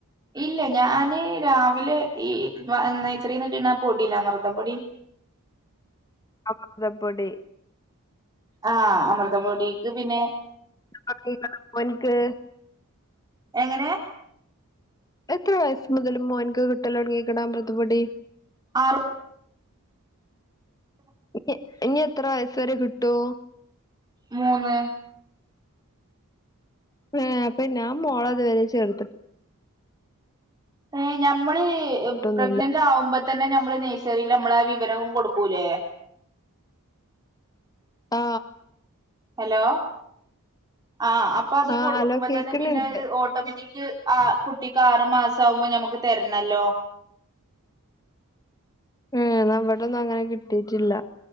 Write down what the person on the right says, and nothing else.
ഇല്ല ഞാന് രാവിലെ ഈ നൈസറീന്ന്ട്ട്ണ പൊടില്ലെ അമൃതം പൊടി
ആഹ് അമൃതപ്പൊടീക്ക് പിന്നെ
എങ്ങനെ
ആറ്
മൂന്ന്
ഏ ഞമ്മള്
പ്രഗ്നനന്റാവുമ്പ തന്നെ നമ്മള് നഴ്സറീല് ഞമ്മളെ വിവരവും കൊട്ക്കൂലേ
ഹലോ ആ അപ്പൊ അത്
കൊടുക്കുമ്പാെതന്നെ
പിന്നെ
ത് ഓട്ടോമെറ്റിക് ആ കുട്ടിക്ക് ആറ് മാസാവുമ്പോ ഞമ്മക്ക് തര്ണല്ലോ